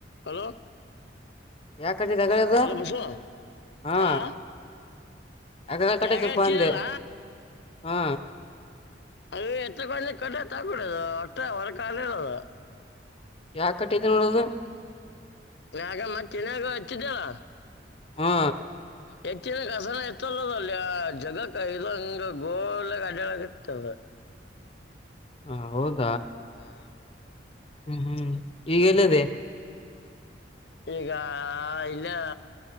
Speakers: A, on the left; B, on the left.
A: Hello <unintelligible>
B: ಯಾಕ ಕಟ್ಟಿದ ಅಗಳದು
A: ಹಲೋ ಬಸು
B: ಹಾ
A: ಹ <inaudible>
B: ಅಗಳ ಕಟ್ಟೈತಿಲ್ಪ
A: ಯಾಗ ಹಚ್ಚಿದಲ್ಲ
B: ಅಂದೆ ಹಾ
A: ಅ ಎತ್ತ ಕ ಕಟ್ಟತ್ ಹಾಕಬಿಡದು ಅಟ್ಟ ಹೊರ ಕಾಲ ಇರದು
B: ಯಾ ಕಟ್ಟಿದೆ ನೋಡದು
A: ಯಗ ಮತ್ತೆ ಇನಯಾಗ ಹಚ್ಚಿದ್ದಲ್ಲ
B: ಹಾ
A: ಹೆಚ್ಚಿನ ಕಸನ ಎತ್ತಲ್ಲದ ಅಲ್ಲಿ ಆ ಜಗಕ್ ಇಂಗ ಗೋಲ್ಲ ಗ ಅಡ್ಡಳ ಆಗಿತ್ತದ
B: ಹಾ ಹೌದು
A: ಹೌದಾ
B: ಹ್ಮ್ ಹ್ಮ್ ಈಗಲ್ಲದೆೇ <unintelligible>
A: ಈಗ ಇಲ್ಲೆ.